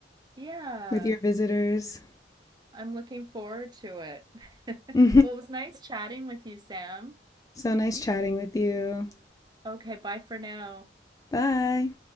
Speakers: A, on the right; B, on the left.
A: Yeah.
B: with your visitors.
A: I'm looking forward to it.
B: <laughs>
A: <laughs>
B: so
A: Well, it was nice chatting with you, Sam.
B: nice chatting with you.
A: Okay, bye for now.
B: Bye.